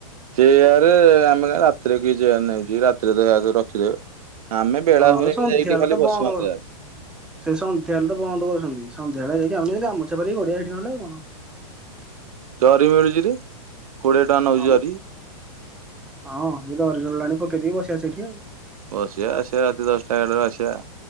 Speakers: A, on the right; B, in the centre.
A: ଚେଆରେ ଆମେ କା ରାତିରେ କି ଚେୟାର ନେଉଛ ରାତିରେ ଦେ ରଖିଦେବେ। ଆମେ ବେଳାଭୂମିରେ
B: ହଁ ସନ୍ଧ୍ୟା
A: ଯାଇକି ଟିକେ
B: ହେଲେ
A: ଖାଲି
B: ତ
A: ବସୁଆନ୍ତୁ
B: ବନ୍ଦ
A: ଆଉ
B: ସେ ସନ୍ଧ୍ୟାବେଳେ ତ ବନ୍ଦ କରୁଛନ୍ତି ସନ୍ଧ୍ୟାବେଳେ ଯାଇକି ଆମେ ଗାମଛା ପାାରିକିଗଡିଆ ହେଇଠି ନହେଲେଉ କଣ
A: ଜରି ମିଳୁଛି କିରେ କୋଡିଏ ଟଙ୍କା ନେଉଛି
B: ହଁ ମ
A: ଜରି?
B: ହଁ ତ ଦରି ଆଣିଲାଣି ପକେଇଦେଇକି ବସିବା ସେଇଠି ଆଉ
A: ବସିବା ଆସିଵା ରାତି ଦଶଟା ଏଗାରଟା ବେଳ କୁ ଆସିବା।